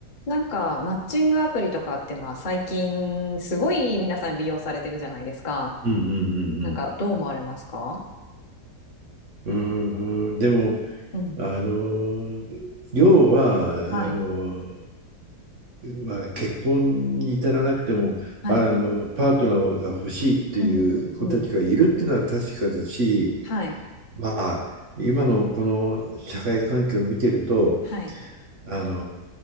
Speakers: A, on the left; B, on the right.
A: なんか、マッチングアプリとかって、まあ、最近、すごい皆さん利用されてるじゃないですか。
B: うんう
A: なんか、
B: ん
A: どう思われますか
B: うんうんうーん、でも、
A: うん。
B: あの、要は、あの、
A: はい。
B: まあ、結婚に至らなくても、
A: はい。
B: あの、パートナーが欲しいっていう子たちがいるっていうのは確かだし、
A: うんうんうん。はい。
B: まあ、今のこの社会環境を見てると、
A: はい。
B: あの、